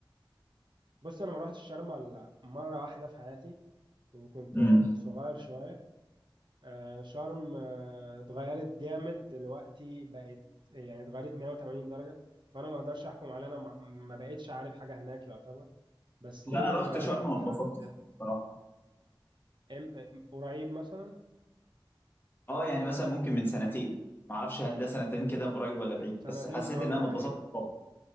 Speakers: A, on the right; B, on the left.
A: بص أنا ما روحتش شرم إلا مرة واحدة في حياتي وكنت
B: امم
A: آه، صغير شوية آه، شرم آه، اتغيرت جامد دلوقتي بقت يعني اتغيرت 180 درجة فأنا ما أقدرش أحكم على أنا ما ما بقتش عارف حاجة هناك يعتبر بس ليا
B: انا رحت شرم ما
A: حد
B: اتبسطتش بصراحه
A: أم- أم- قريب مثلا
B: اه يعني مثلا ممكن من سنتين ما اعرفش هل ده سنتين كده قريب ولا بعيد
A: سنتين
B: بس حسيت
A: اه
B: ان انا ما
A: قريب
B: اتبسطتش خالص